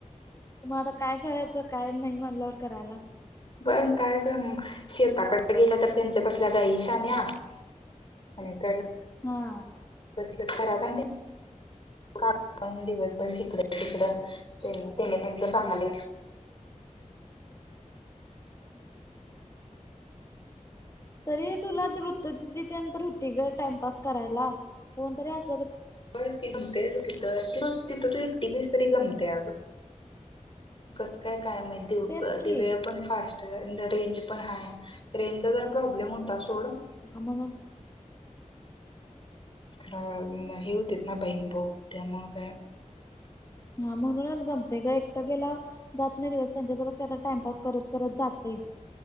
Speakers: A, on the left (about 25°); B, on the left (about 45°).
A: मग आता काय करायचं काय नाही म्हणण्यावर करायला.
B: पण काय का शेताकडे गेलं तर त्यांच्यात केल्या गाई शान्या! आणि काय ग!
A: हा
B: घरांत का दिवसभर इकडं तिकड त्याने त्यांच चांगले
A: हम्म तरी तुला वृत्त त्या नंतर होती ग टाइमपास करायला कोणतरी अस
B: ब तिथ क तिथं तू एक तरी गमते अग कस काय काय माहि
A: तेच की
B: वेळ पण फास् रेंज पण हाय रेंजचा जर प्रॉब्लेम होता सोड--!
A: ह म्हणून
B: खराब नाही. हे होते ना बहीणभऊ त्यामुळ काय,
A: हा म्हणूनच गमते ग एकटं गेला जात नाही दिवस त्यांच्यासोबत टाइमपास करत करत जात <inaudible> य.